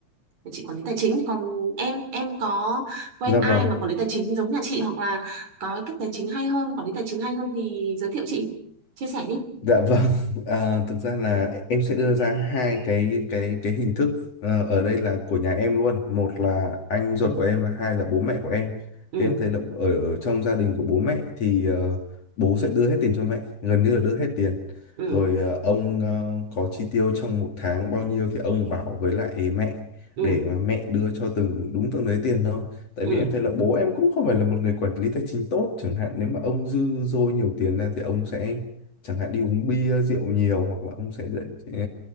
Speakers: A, on the right; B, on the left.
A: nhà chị quản lý tài chính thì còn em em có quen
B: dạ
A: ai
B: vâng
A: mà quản lý tài chính giống nhà chị hoặc là có cái cách tài chính hay hơn quản lý tài chính hay hơn thì giới thiệu chị chia sẻ đi
B: Dạ vâng, <laughs> à, thực ra là em sẽ đưa ra hai cái cái cái hình thức ờ, ở đây là của nhà em luôn, một là anh ruột
A: ừ
B: của em và hai là bố mẹ của em.
A: ừ
B: Thì em thấy là ở, ở trong gia đình của bố mẹ thì ờ, bố sẽ đưa hết tiền cho mẹ, gần như là đưa hết tiền.
A: ừ
B: Rồi ờ, ông ờ, có chi tiêu trong một tháng bao nhiêu thì ông bảo với lại mẹ
A: ừ
B: để mà mẹ đưa cho từng đúng từng đấy tiền thôi. Tại
A: ừ
B: vì em thấy là bố em cũng không phải là một người quản lý tài chính tốt, chẳng hạn nếu mà ông dư dôi nhiều tiền ra thì ông sẽ chẳng hạn đi uống bia rượu nhiều hoặc là ông sẽ ờ,